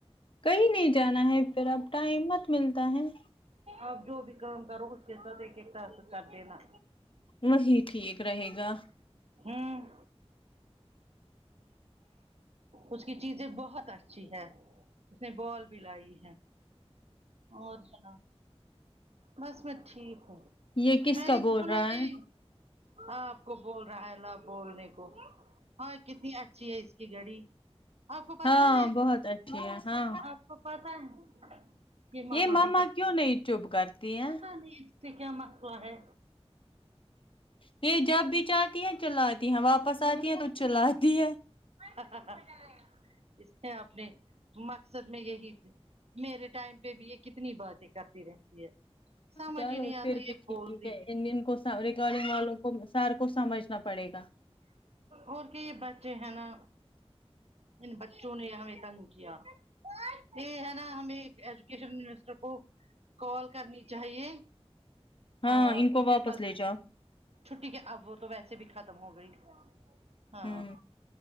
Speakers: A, on the left (about 55°); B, on the right (about 70°).
A: کہیں نہیں جانا ہے پھر اب ٹائم مت ملتا ہے
B: اپ جو بھی کام کرو اس کے ساتھ ایک ایک طرح کر دینا
A: وہی ٹھیک رہے گا
B: ہوں اس کی چیزیں بہت اچھی ہے اس نے بال بھی لائی ہے اور سناو بس میں ٹھیک ہوں
A: یہ کس
B: میں
A: کا
B: نے
A: بول
B: سنا
A: رہا ہے
B: یہ ہاں آپ کو بول رہا ہے لا بولنے کو ہاں کتنی اچھی ہے اس کی گڑی آپ کو پتا
A: ہاں
B: ہے
A: بہت اچھی ہے ہاں
B: آپ کو پتا ہے
A: یہ
B: ماما
A: مما
B: بھی ک
A: کیوں نہیں چپ کرتی ہیں
B: پتا نہیں اس سے کیا مسئلہ ہے
A: یہ جب بھی چاہتی ہے چلاتی ہیں واپس آتی ہیں تو چلاتی ہے
B: ہ ہ ہ اس نے اپنے مقصد میں یہی میرے ٹائم پہ بھی یہ کتنی باتیں کرتی رہتی ہے سمجھ
A: چلو
B: ہی نہیں آتا
A: پھر
B: یہ
A: بھی ٹھیک
B: بولتی
A: ہے ان کو ریکارڈنگ والوں کو سر کو سمجھنا پڑے گا
B: اور کہ بچے ہے نا ان بچوں نے ہمیں تنگ کیا یہ ہے نا ہمیں ایک ایجوکیشن منسٹر کو کال کرنی چاہیے
A: ہاں
B: اس
A: ان کو واپس
B: کے پاس
A: لے جاؤ
B: چھٹی کے اب تو ویسے بھی ختم ہو گئی ہاں
A: ہوں